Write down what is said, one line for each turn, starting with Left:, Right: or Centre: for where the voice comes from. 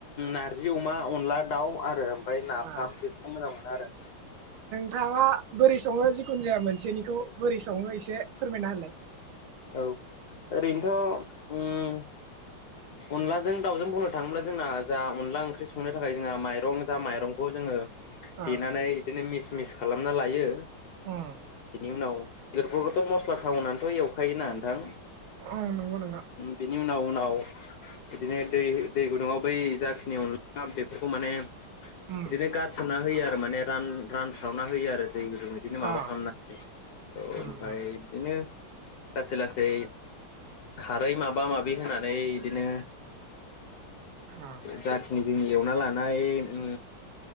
Left: नारजि अमा अनला दाउ आरो। ओमफ्राय नाफाम
Right: ओ
Left: बेफोरखौ मोजां मोनो आरो नोंथां।
Right: थाङा बोरै सङो जिखुनु जाया मोनसेनिखौ। बोरै सङ एसे फोरमायना होलाय।
Left: औ ओरैनोथ' ओम अनलाजों दाावजों बुंनो थाङोब्ला जोंना जा अनला ओंख्रि संनो थाखाय जोंहा माइरं जा माइरंखौ जोङो देनानै
Right: ओ
Left: बिदिनो मि मिस खालामना लायो
Right: उम
Left: इनि उनाव बेदरफोरखौथ' मस्ला खावनानैथ' एव खायोना नोंथां
Right: उम नंगौ नोंथां
Left: बेनि उनाव उनाव बिदिनो दै दै गुदुङाव बै जाखिनि अनला बेफोरखौ माने
Right: उम
Left: बिदिनो गारसोमना होयो आरो माने रान रानस्रावना होयो आरो दै गुदुं बिदिनो माबा
Right: ओ
Left: खालामनानै औ ओमफ्राय
Right: उम उम
Left: बिदिनो लासै लासै खारै माबा माबि होनानै बिदिनो
Right: ओ
Left: जाखिनि जोंनि एवना लानाय उम